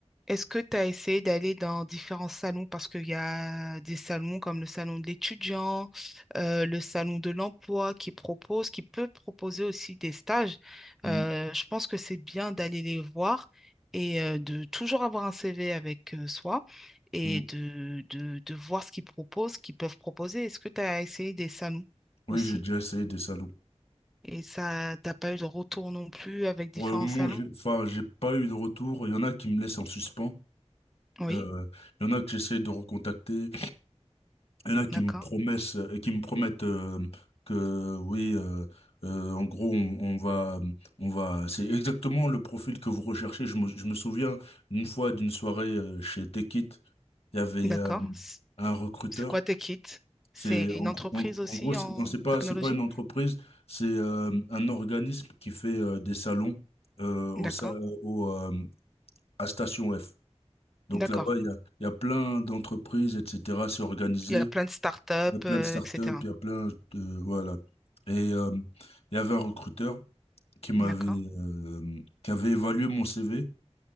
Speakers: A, in the centre; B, on the left.
A: est-ce que tu as essayé d'aller dans différents salons? Parce qu'il y a des salons comme le salon de l'étudiant, euh, le salon de l'emploi qui propose, qui peut proposer aussi des stages.
B: Mm,
A: Euh, je pense que c'est bien d'aller les voir et euh, de toujours avoir un CV avec euh, soi et
B: mm.
A: de, de, de voir ce qu'ils proposent, ce qu'ils peuvent proposer. Est-ce que tu as essayé des salons
B: Oui,
A: aussi?
B: j'ai déjà essayé des salons.
A: Et ça, t'as pas eu de retour non plus avec différents
B: Pour le moment,
A: salons?
B: j'ai, enfin, j'ai pas eu de retour. Il y en a qui me laissent en suspens.
A: Oui,
B: Euh, il y en a que j'essaie de recontacter. Il y en a qui
A: d'accord,
B: me promessent, qui me promettent euh, que oui, euh, euh, en gros, on, on va, on va. C'est exactement le profil que vous recherchez. Je me, je me souviens une fois d'une soirée euh, chez Tech It, il y avait
A: d'accord.
B: euh, un recruteur.
A: C'est quoi Techit? C'est
B: C'est
A: une
B: en, gros,
A: entreprise
B: en,
A: aussi
B: en gros, c'est
A: en
B: non, c'est pas,
A: technologie?
B: c'est pas une entreprise, c'est euh, un organisme qui fait euh, des salons euh, au,
A: D'accord,
B: sa- au, euh, à Station F. Donc
A: d'accord.
B: là-bas, il y a, il y a plein d'entreprises, etc. C'est organisé.
A: Il y a plein de startups,
B: Il y a plein
A: euh,
B: de startups,
A: etc.
B: il y a plein de... Voilà. Et euh, il y avait un recruteur qui m'avait...
A: D'accord,
B: euh, qui avait évalué mon CV.